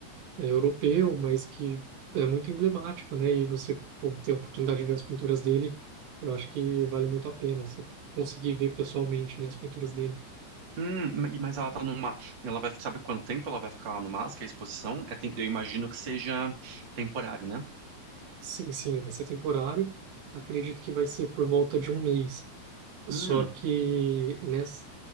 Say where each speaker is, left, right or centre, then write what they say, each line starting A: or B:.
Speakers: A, on the right (about 75°); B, on the right (about 30°).
A: é, europeu, mas que é muito emblemático, né? E você por ter a oportunidade de ver as pinturas dele, eu acho que vale muito a pena você conseguir ver pessoalmente, né, as pinturas dele.
B: Hum, e- mas ela tá numa. Ela vai. Sabe quanto tempo ela vai ficar lá no MASP, que é a exposição? É tem- Eu imagino que seja temporário, né?
A: Sim, sim, vai ser temporário. Acredito que vai ser por volta de um mês.
B: Hum,
A: Só que nessa,